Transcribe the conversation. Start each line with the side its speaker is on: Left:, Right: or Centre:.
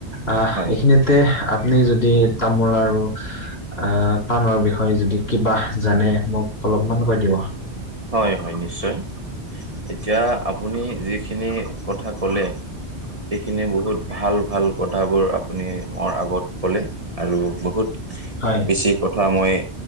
Left: আহ
Right: হয়,
Left: এইখিনিতে আপুনি যদি তামোল আৰু আহ পাণৰ বিষয়ে যদি কিবা জানে মোক অলপমান কৈ দিব।
Right: হয় হয় নিশ্চয় এতিয়া আপুনি যিখিনি কথা ক'লে এইখিনি বহুত ভাল ভাল কথাবোৰ আপুনি মোৰ আগত ক'লে। আৰু বহুত
Left: হয়।
Right: বেছি কথা মই